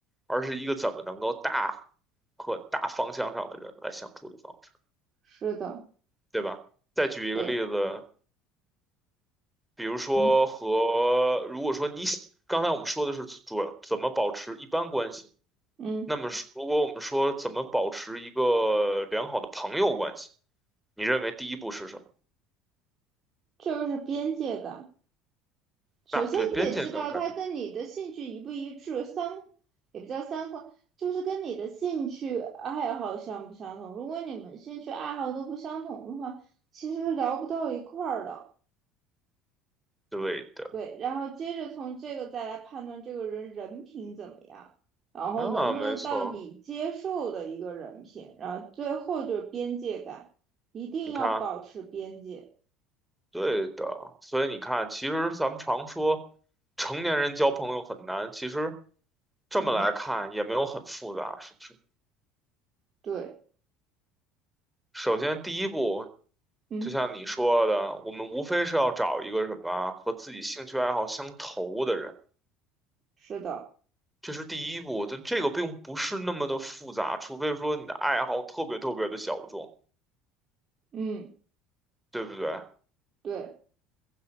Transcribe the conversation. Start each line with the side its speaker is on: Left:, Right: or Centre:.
Centre: 而是一个怎么能够大和大方向上的人来相处的方式，
Right: 是的，
Centre: 对吧？再举一个例子，
Right: 对，
Centre: 比如说和，
Right: 嗯
Centre: 如果说你喜刚才我们说的是主要怎么保持一般关系，
Right: 嗯，
Centre: 那么是如果我们说怎么保持一个良好的朋友关系，你认为第一步是什么？
Right: 这就是边界感。首先，
Centre: 啊，对，边界感感，
Right: 你得知道他跟你的兴趣一不一致，三也不叫三观，就是跟你的兴趣爱好相不相同。如果你们兴趣爱好都不相同的话，其实聊不到一块儿的。
Centre: 对的，
Right: 对，然后接着从这个再来判断这个人人品怎么样，然后能不能到你接受的一个人品，
Centre: 啊，没错，
Right: 然后最后就是边界感，一定要保持边界。
Centre: 你看，对的，所以你看，其实咱们常说成年人交朋友很难，其实这么来看也没有很复杂，
Right: 嗯，
Centre: 是不是？
Right: 对，
Centre: 首先第一步，
Right: 嗯，
Centre: 就像你说的，我们无非是要找一个什么和自己兴趣爱好相投的人，
Right: 是的，
Centre: 这是第一步。但这个并不是那么的复杂，除非说你的爱好特别特别的小众，
Right: 嗯，
Centre: 对不对？
Right: 对，